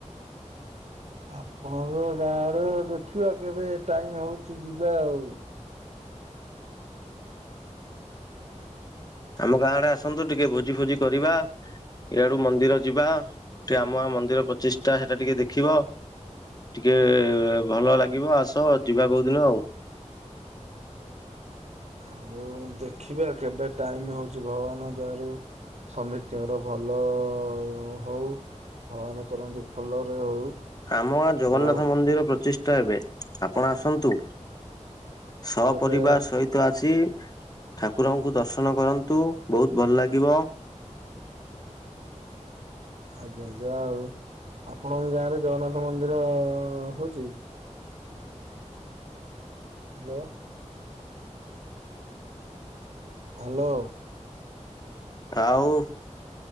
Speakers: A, on the right (about 70°); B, on the left (about 30°).
A: ଆପଣଙ୍କ ଗାଁ ଆଡେ, ଦେଖିବା କେବେ ଟାଇମ ହଉଛି ଯିବା ଆଉ। ହ <inaudible>
B: ଆମ ଗାଁ ଆଡେ ଆସନ୍ତୁ, ଟିକେ ଭୋଜି ଫୋଜି କରିବା ଇଆଡୁ ମନ୍ଦିର ଯିବା, ଟିକେ ଆମ ଗାଁ ମନ୍ଦିର ପ୍ରଚିଷ୍ଠା ସେଇଟା ଟିକେ ଦେଖିବ ଟିକେ ଏ ଭଲ ଲାଗିବ ଆସ ଯିବା କୋଉଦିନ ଆଉ।
A: ହଉ ଦେଖିବା, କେବେ ଟାଇମ ହଉଛି ଭଗବାନ ଦୟାରୁ ସମିସ୍ତିଙ୍କର ଭଲ ଅ ହଉ, ଭଗବାନ କରନ୍ତୁ ଭଲରେ ହଉ
B: ଆମ ଗାଁ ଜଗନ୍ନାଥ
A: ଓ
B: ମନ୍ଦିର ପ୍ରଚିଷ୍ଟା ହେବେ, ଆପଣ ଆସନ୍ତୁ? ସପରିବାର
A: କେବେ
B: ସହିତ ତ ଆସି, ଠାକୁରଙ୍କୁ ଦର୍ଶନ କରନ୍ତୁ, ବହୁତ ଭଲ ଲାଗିବ
A: ଆଜ୍ଞା। ଯାହା ହଉ, ଆପଣଙ୍କ ଗାଁରେ ଜଗନ୍ନାଥ ମନ୍ଦିର ଅ ହଉଛି? ହାଲୋ। ହାଲୋ।
B: ଆଉ